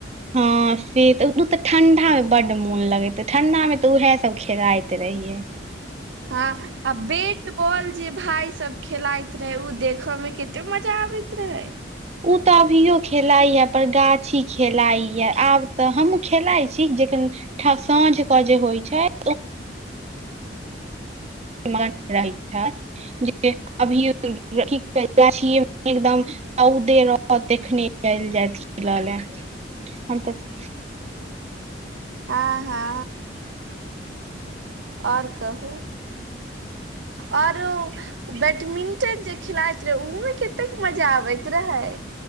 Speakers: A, on the right; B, on the right.
A: हाॅं से तऽ उत ठंडा में बड मोन लगैते ठंडा मे तऽ उहै सब खेलइत रहियै।
B: हाॅं। आ बेट बॉल जे भाय सब खेलाइत रहै ऊ देख में केते मजा आबैत रहै।
A: उ तऽ अभियो खेलाइयै पर गाछी खेलाईयै। आब तऽ हमू खेलाय छी, जेखन ठ साँझ क जे होइ छै <unintelligible> मगन रहै छै, जे अभीयो कि कहै गाछीये में एकदम रौदे रहत तखने चलि जायत खेलऽ ले हम तऽ
B: आ हा। और कहू। और बैटमिंटन जे खेलाइत रहे, ओमे के तेक मजा आबैत रहै।